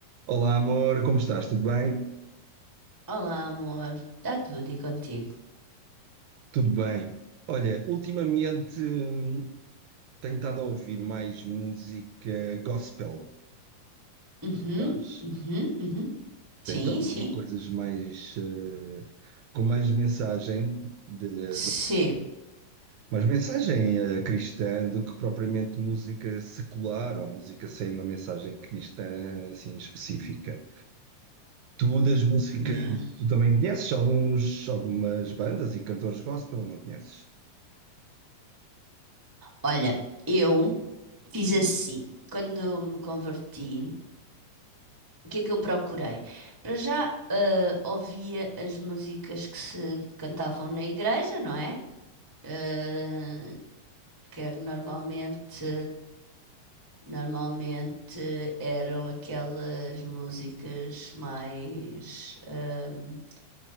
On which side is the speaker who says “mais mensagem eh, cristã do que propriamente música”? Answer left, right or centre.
Right